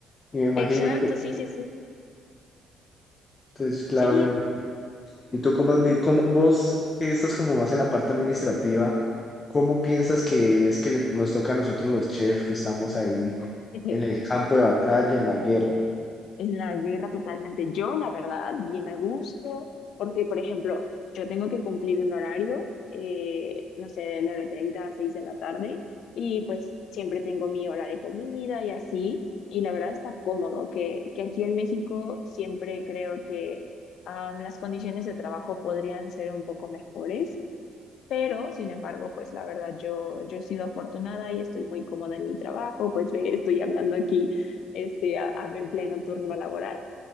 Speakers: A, on the left; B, on the left.
A: Y me imagino,
B: exacto,
A: tú-
B: sí, sí, sí.
A: entonces, claro,
B: Sí,
A: me imagino. ¿Y tú cómo, has vi- cómo- vos que estás como más en la parte administrativa, cómo piensas que es que le- nos toca a nosotros los chefs que estamos ahí
B: <laughs>
A: en el campo de batalla, en la guerra?
B: en la guerra totalmente. Yo, la verdad, bien a gusto, porque, por ejemplo, yo tengo que cumplir un horario, eh, no sé, de nueve treinta a 6 de la tarde, y pues siempre tengo mi hora de comida y así, y la verdad está cómodo, que, que aquí en México siempre creo que am, las condiciones de trabajo podrían ser un poco mejores, pero, sin embargo, pues la verdad yo, yo he sido afortunada y estoy muy cómoda en mi trabajo, pues ve, estoy hablando aquí este, a- a- en pleno turno laboral.